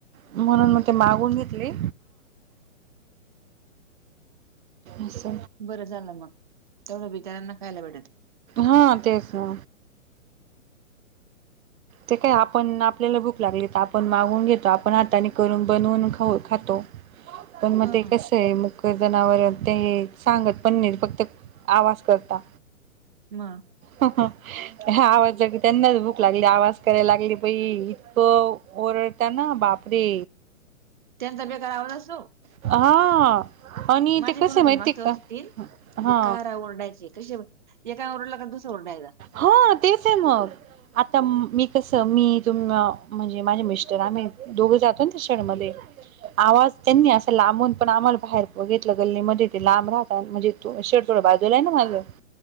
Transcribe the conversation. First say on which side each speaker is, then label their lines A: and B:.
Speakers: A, on the right; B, on the right.
A: म्हणून मग ते मागवून घेतली. अस
B: बरं झालं मग तेवढं बिचार्याना खायला भेटेल.
A: हा तेच ना, ते काय आपण आपल्याला भूक लागली तर, आपण मागवून घेतो, आपण हाताने करून बनवून खाऊ खातो. पण मग
B: हा
A: ते कसं ते मुकं जनावर ते सांगत पण नाही, फक्त आवाज करता.
B: मग
A: आवाज येतो त्यांनाच भूक लागली आवाज करायला लागली बई इतकं ओरडता ना बापरे!
B: <unintelligible>
A: हा... आणि
B: माझे
A: ते कसं
B: गुरूजन,
A: माहिती
B: मास्तर्स
A: का
B: तीन.
A: हा
B: बी कारा ओरडायचे. कशे ब, एका ओरडला का दुसं ओरडायचा.
A: हो तेचयै मग. आता मीग कसं मी, तुम म्हणजे माझे मिस्टर आम्ही दोघं जातो न त्या शेडमध्ये. आवाज त्यांनी आस लांबून पण आम्हाला बाहेर बघेतलं गल्ली मध्ये ते लांब राहता म्हणजे तू शेड थोडं बाजूला आहे ना माझं.